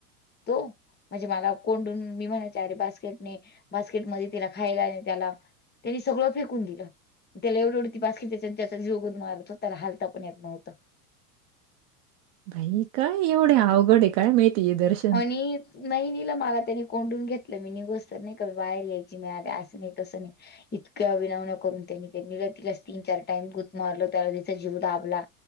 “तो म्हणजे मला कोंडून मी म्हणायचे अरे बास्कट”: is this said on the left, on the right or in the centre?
Left